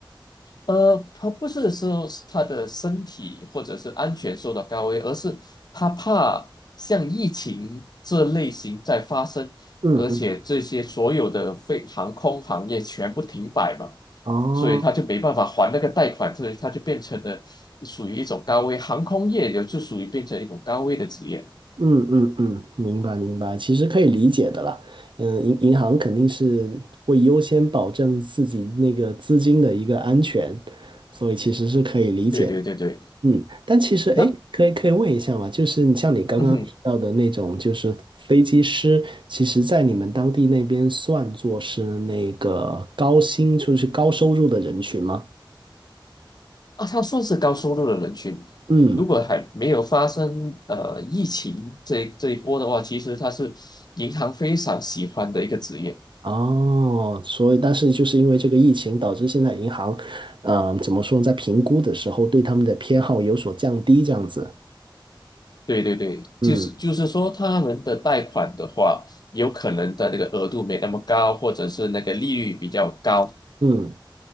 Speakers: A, on the left (about 50°); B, on the right (about 70°).
A: 呃，他不是说是他的身体或者是安全受到高危，而是他怕像疫情这类型在发生，
B: 嗯嗯，
A: 而且这些所有的飞航空行业全部停摆嘛，
B: 哦，
A: 所以他就没办法还那个贷款，所以他就变成了属于一种高危，航空业也就属于变成一种高危的职业。
B: 嗯嗯嗯，明白明白，其实可以理解的啦。嗯，银银行肯定是会优先保证自己那个资金的一个安全，所以其实是可以理解的。
A: 对对对对，
B: 嗯，但其实，哎，
A: 那
B: 可以可以问一下嘛，就是你像你刚刚提到的那种，
A: 嗯哼。
B: 就是飞机师，其实在你们当地那边算作是那个高薪，就是高收入的人群吗？
A: 啊，它算是高收入的人群。
B: 嗯，
A: 如果还没有发生呃疫情这这一波的话，其实它是银行非常喜欢的一个职业。
B: 哦，所以但是就是因为这个疫情，导致现在银行，嗯、怎么说呢，在评估的时候对他们的偏好有所降低，这样子。
A: 对对对，
B: 嗯
A: 就是就是说，他们的贷款的话，有可能的那个额度没那么高，或者是那个利率比较高。
B: 嗯。